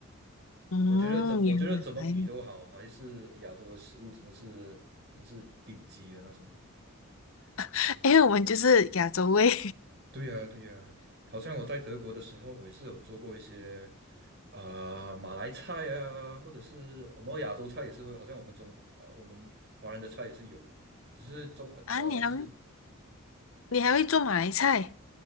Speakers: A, on the left (about 70°); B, on the right (about 50°).
A: 嗯，
B: 我觉得怎我觉得怎么比都好，
A: 原来，
B: 还是亚洲的食物真的是真是顶级的那种。
A: <laughs> 因为我们就是亚洲胃
B: 对呀，对呀，好像我在德国的时候，我也是有做过一些啊、马来菜啊，或者是我们亚洲菜也是会，好像我们中呃我们华人的菜也是有，只是中呃呃就是
A: <laughs> 啊，你还会你还会做马来菜？